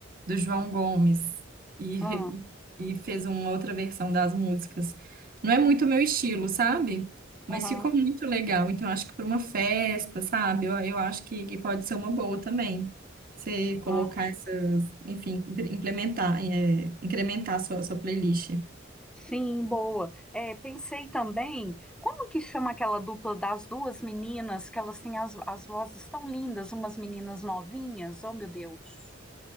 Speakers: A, on the right (about 50°); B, in the centre.
A: do João Gomes e, re-
B: Ah,
A: e fez uma outra versão das músicas. Não é muito meu estilo, sabe? Mas
B: aham,
A: ficou muito legal. Então, acho que para uma festa, sabe? Eu, eu acho que, que pode ser uma boa também. Você colocar
B: ah,
A: essas, enfim, impre- implementar, é, incrementar a sua, a sua playlist.
B: sim, boa. É, pensei também, como que chama aquela dupla das duas meninas, que elas têm as, as vozes tão lindas, umas meninas novinhas, oh meu Deus.